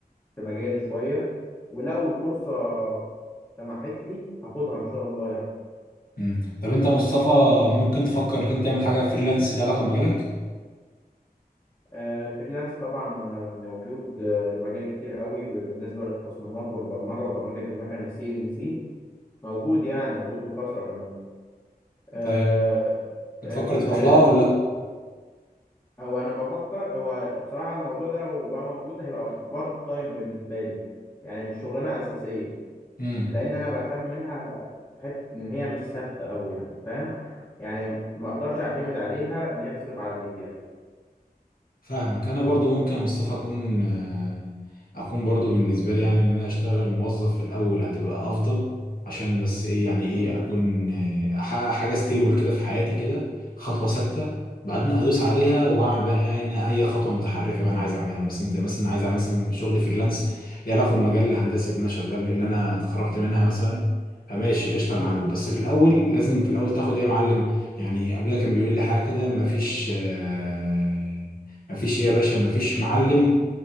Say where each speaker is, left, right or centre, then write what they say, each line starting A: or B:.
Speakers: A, on the left; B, on the left.
A: في مجالي شوية ولو الفرصة سمحت لي هاخدها إن شاء الله يعني
B: امم طب انت يا مصطفى ممكن تفكر انك انت تعمل حاجه فريلانس ليها علاقه بمجالك
A: آه، الفريلانس طبعا آه، موجود آه، لمجال كتير قوي بالنسبة للتصميمات والبرمجة وبرمجة المكن السي إن سي موجود يعني موجود بكثرة كمان آه،
B: طيب بتفكر
A: آه، وال
B: تروح لها ولا لا
A: أو أنا بفكر هو بصراحة الموضوع ده لو بقى موجود هيبقى بارت تايم بالنسبة لي يعني مش شغلانة أساسية
B: امم
A: لان انا بخاف منها حته ان هي مش ثابته قوي يعني فاهم يعني ما اقدرش اعتمد عليها ان هي تصرف على بيتي يعني
B: فاهمك انا برضو ممكن يا مصطفى اكون آه، اكون برضو بالنسبه لي يعني ان انا اشتغل موظف في الاول هتبقى افضل عشان بس ايه يعني ايه
A: مم.
B: اكون آه، احقق حاجه ستيبل كده في حياتي كده خطوه ثابته بعدين ادوس عليها واعمل بقى يعني أنا اي خطوه متحركه بقى انا عايز اعملها مثلا زي مثلا عايز اعمل مثلا شغل فريلانس ليه علاقه بالمجال الهندسي اللي انا شغال اللي انا اتخرجت منها مثلا فماشي قشطه يا
A: مم.
B: معلم بس في الاول لازم في الاول تاخد ايه يا معلم يعني ابويا كان بيقول لي حاجه كده مفيش آه، مفيش يا باشا مفيش معلم